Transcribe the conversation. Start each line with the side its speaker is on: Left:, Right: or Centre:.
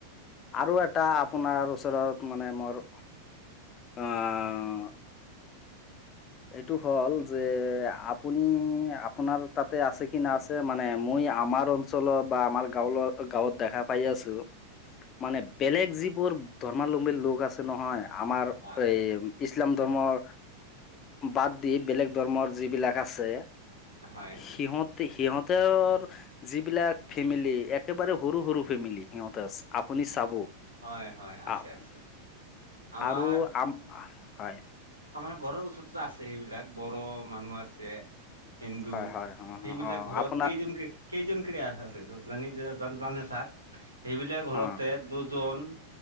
Left: আৰু এটা আপোনাৰ ওচৰত মানে মোৰ আহ- অ এইটো হ'ল যে আপুনি আপোনাৰ তাতে আছে কি না আছে মানে মই- আমি আমাৰ অঞ্চলত বা আমাৰ গাঁৱৰ গাঁৱত দেখা পাই আছোঁ। মানে বেলেগ যিবোৰ ধৰ্মলম্বীৰ লোক আছে নহয় আমাৰ
Right: হয়
Left: এই ইছলাম ধৰ্মৰ। বাদ দি বেলেগ ধৰ্মৰ যিবিলাক আছে
Right: হয়
Left: সিহঁত সিহঁতৰ যিবিলাক ফেমিলি একেবাৰে সৰু, সৰু ফেমিলি সিহঁতে আ আপুনি চাব আহক
Right: হয় হয় আছে আছে আমাৰ
Left: আৰু আম হয়।
Right: আমাৰ ঘৰৰ ওচৰতো আছে সেইবিলাক বৰম- মানুহ আছে হিন্দু
Left: হয়, হয়, অ',
Right: সেইবিলাক
Left: অ',
Right: ঘৰত
Left: আপোনাৰ
Right: কেইজন কেই জান ছাৰ সেইবিলাক ঘৰতে
Left: অ',
Right: দুজন-